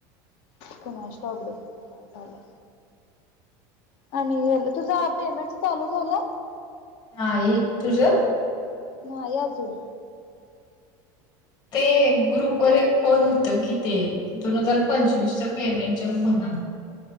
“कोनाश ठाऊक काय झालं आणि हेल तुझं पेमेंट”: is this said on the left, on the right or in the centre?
Left